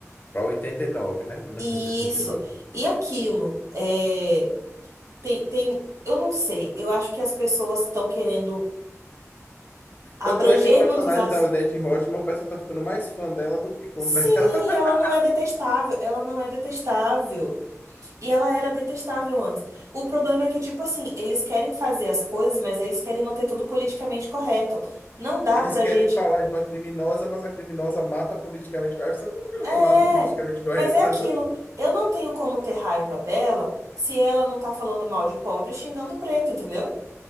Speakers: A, on the left; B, on the right.
A: para 89, né? 1989.
B: E Isso. E aquilo. É, tem, tem, eu não sei. Eu acho que as pessoas estão querendo abranger
A: Tanto é que o personagem
B: muitos assuntos.
A: da Odette Roitman, o pessoal tá ficando mais fã dela do que contra
B: Sim,
A: ela. <laughs>
B: ela não é detestável. Ela não é detestável. E ela era detestável antes. O problema é que, tipo assim, eles querem fazer as coisas, mas eles querem manter tudo politicamente correto. Não dá
A: Eles
B: pra
A: querem
B: gente.
A: falar de uma criminosa, mas a criminosa mata politicamente correto. Sabe Como que alguém
B: É,
A: mata politicamente correto?
B: mas é
A: Sabe?
B: aquilo.
A: Sabe?
B: Eu não tenho como ter raiva dela se ela não tá falando mal de pobre e xingando preto, entendeu?